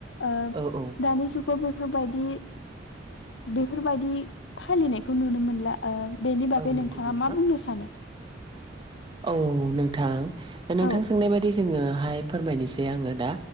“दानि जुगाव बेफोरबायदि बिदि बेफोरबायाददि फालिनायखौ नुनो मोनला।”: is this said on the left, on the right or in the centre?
Left